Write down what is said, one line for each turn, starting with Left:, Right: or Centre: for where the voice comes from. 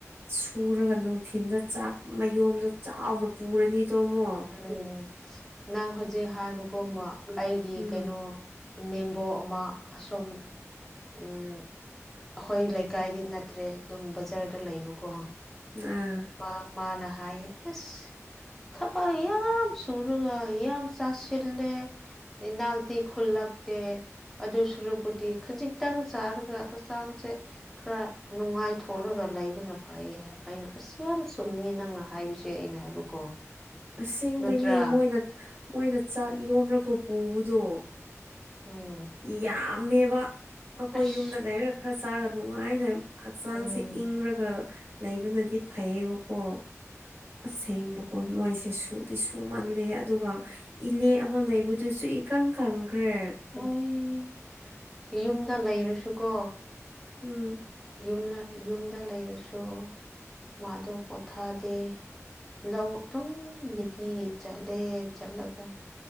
Right: ꯁꯨꯔꯒ ꯅꯨꯡꯊꯤꯤꯟꯗ ꯆꯥꯛ ꯃꯌꯣꯗꯣ ꯆꯥꯎꯅ ꯄꯨꯔꯅꯤ ꯇꯣꯃꯣ
Centre: ꯎꯝ ꯅꯪ ꯍꯧꯖꯤꯛ ꯍꯥꯏꯕꯒꯨꯝ ꯑꯩꯒꯤ
Right: ꯎꯝ
Centre: ꯀꯩꯅꯣ ꯅꯦꯝꯕꯣ ꯑꯃ ꯑꯁꯨꯝ ꯑꯩꯈꯣꯏ ꯂꯩꯀꯥꯏꯗꯤ ꯅꯠꯇ꯭ꯔꯦ ꯑꯗꯨꯝ ꯕꯖꯥꯔꯗ ꯂꯩꯕꯀꯣ
Right: ꯑꯥ
Centre: ꯃꯥ ꯃꯥꯅ ꯍꯥꯏꯥꯏ ꯑꯁ ꯈ ꯑꯄꯥ ꯌꯥꯝ ꯁꯨꯔꯒ ꯌꯥꯝ ꯆꯥꯁꯤꯜꯂꯦ ꯅꯥꯗꯤ ꯈꯨꯜꯂꯛꯇꯦ ꯑꯗꯨ ꯁꯨꯔꯨꯄꯗꯤ ꯈꯖꯤꯛꯇꯪ ꯆꯥꯔꯒ ꯍꯛꯆꯥꯡꯁꯦ ꯈꯔ ꯅꯨꯡꯉꯥꯏꯊꯣꯛꯑ ꯈꯣꯠꯂꯒ ꯂꯩꯕꯅ ꯐꯩ ꯍꯥꯏ ꯑꯩꯅ ꯑꯁ ꯌꯥꯝ ꯆꯨꯝꯃꯤ ꯅꯪꯅ ꯍꯥꯏꯕꯁꯦ ꯑꯩꯅ ꯍꯥꯏꯕꯀꯣ
Right: ꯑꯁꯦꯡꯕꯅꯤ
Centre: ꯅꯠꯇ꯭ꯔꯥ
Right: ꯃꯣꯏꯅ ꯃꯣꯏꯅ ꯆꯥꯛ ꯌꯣꯝ꯭ꯔꯀꯣ ꯄꯨꯕꯗꯣ
Centre: ꯎꯝ
Right: ꯌꯥꯝꯃꯦꯕ ꯑꯩꯈꯣꯏ
Centre: ꯑꯁ
Right: ꯌꯨꯝꯗ ꯂꯩꯔꯒ ꯈꯔ ꯆꯥꯔꯒ ꯅꯨꯡꯉꯥꯏꯅ ꯍꯛꯆꯥꯡꯁꯦ
Centre: ꯎꯝ
Right: ꯏꯪꯔꯒ ꯂꯩꯕꯅꯗꯤ ꯐꯩꯌꯦꯕꯀꯣ ꯑꯁꯦꯡꯕꯀꯣ ꯅꯣꯏꯁꯦ ꯁꯨꯗꯤ ꯁꯨꯃꯜꯂꯦ ꯑꯗꯨꯒ ꯏꯂꯦ ꯑꯃ ꯂꯩꯕꯗꯨꯁꯨ ꯁꯔꯤꯀꯪꯀꯈ꯭ꯔꯦ
Centre: ꯍꯣꯏ ꯌꯨꯝꯗ ꯂꯩꯔꯨꯁꯨꯀꯣ
Right: ꯎꯝ
Centre: ꯌ ꯌꯨꯝꯗ ꯂꯩꯔꯁꯨ ꯃꯥꯗꯣ ꯄꯣꯊꯥꯗꯦ ꯂꯧ ꯑꯗꯨꯝ ꯅꯤꯗꯤꯤꯒꯤ ꯆꯠꯂꯦ ꯆꯠꯂꯒ